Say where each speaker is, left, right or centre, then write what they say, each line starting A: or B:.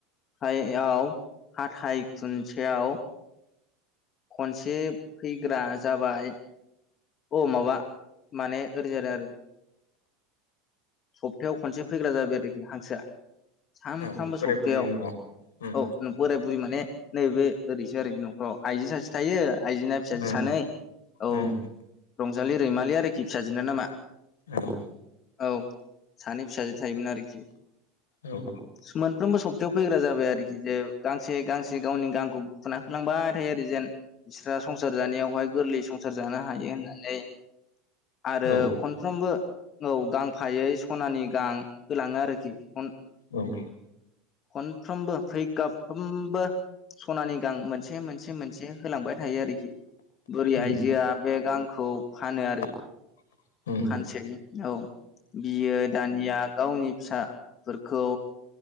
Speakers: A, on the left (about 40°); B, on the left (about 80°).
A: सायाव हापता खुनसेयाव खनसे फैग्रा जाबाय। अ माबा माने ओरै जादों आरो सप्तायाव खनसे फैग्रा जाबाय आरोखि हांसोआ सानफ्रामबो
B: औ बोराय
A: सप्थायाव
B: बुरैनि न'आव उम
A: औ बोराय बुरि माने नैबे ओरैसो आरोखि न'खराव आइजो सासे थायो आइजोना फिसाजो
B: उम
A: सानै औ
B: उम
A: रंजालि, रैमालि आरोखि फिसाजोना नामा।
B: औ।
A: औ सानै फिसाजो थायोमोन आरोखि
B: औ।
A: सु मोनफ्रोमबो सप्तायाव फैग्रा जाबाय आरोखि जे गांसे गांसे गावनि गांखौ फुना होलांबाय थायो आरो जेन बिस्रा संसार जानायावहाय गोरलै संसार जानो हायो होननानै आरो
B: औ
A: खनफ्रोमबो औ गांफायै सनानि गां होलाङो आरोखिअन
B: उम
A: खनफ्रोमबो फैगाफ्रोमबो सनानि गां मोनसे मोनसे मोनसे होलांबाय थायो आरोखि बुरि आइजोआ
B: उम
A: बे गांखौ फानो आरो
B: <inaudible> ओम
A: फानसै औ बियो दानिया गावनि फिसाफोरखौ